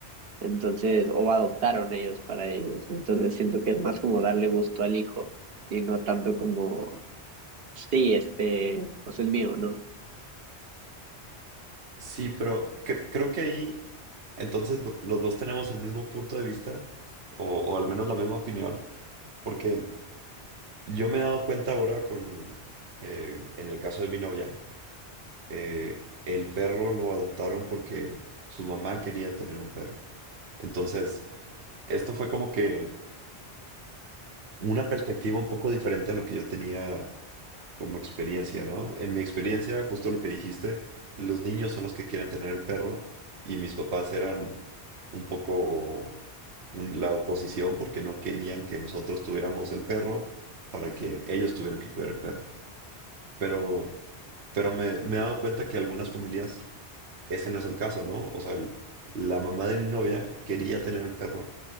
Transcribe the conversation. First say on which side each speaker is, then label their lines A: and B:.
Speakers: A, on the right; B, on the right.
A: Entonces, o adoptaron ellos para ellos. Entonces, siento que es más como darle gusto al hijo y no tanto como, sí, este, pues es mío, ¿no?
B: Sí, pero cre- creo que ahí entonces lo- los dos tenemos el mismo punto de vista o, o al menos la misma opinión, porque yo me he dado cuenta ahora con, eh, en el caso de mi novia, eh, el perro lo adoptaron porque su mamá quería tener un perro. Entonces, esto fue como que una perspectiva un poco diferente a lo que yo tenía como experiencia, ¿no? En mi experiencia, justo lo que dijiste, los niños son los que quieren tener el perro y mis papás eran un poco un- la oposición porque no querían que nosotros tuviéramos el perro para que ellos tuvieran que cuidar el perro. Pero, pero me, me he dado cuenta que algunas familias ese no es el caso, ¿no? O sea, el- la mamá de mi novia quería tener el perro